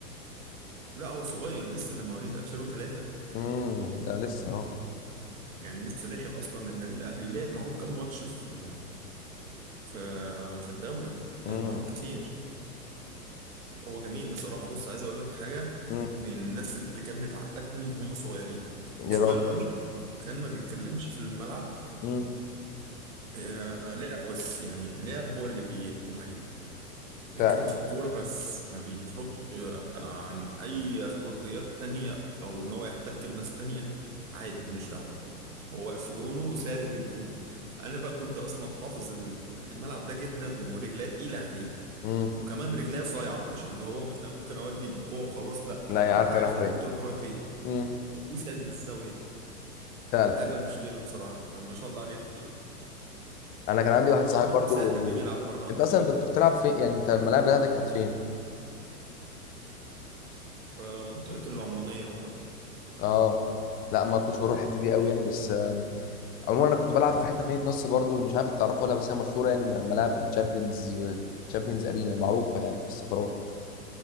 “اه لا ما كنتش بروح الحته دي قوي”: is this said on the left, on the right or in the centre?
Left